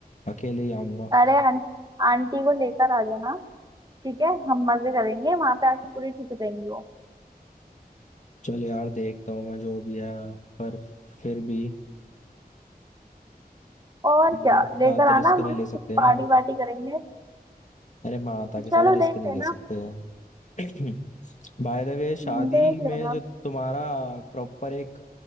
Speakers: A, on the left; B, on the right.
A: अकेले ही आऊंगा
B: अरे आं, आंटी को लेकर आ जाना ठीक है हम मजे करेंगे वहां पे आके पूरी ठीक हो जाएंगी वो
A: चल यार देखता हूँ मैं जो भी है पर फिर भी
B: और
A: मेरे
B: क्या
A: के साथ
B: लेकर आना
A: रिस्क
B: मस्त
A: नहीं ले सकते
B: पार्टी
A: ना
B: वार्टी करेंगे
A: अरे माता के
B: चलो
A: साथ रिस्क
B: देख
A: नहीं
B: लेना
A: ले सकते <clears throat> बाय द वे शादी
B: हम्म, देख लेना
A: में जो तुम्हारा प्रॉपर एक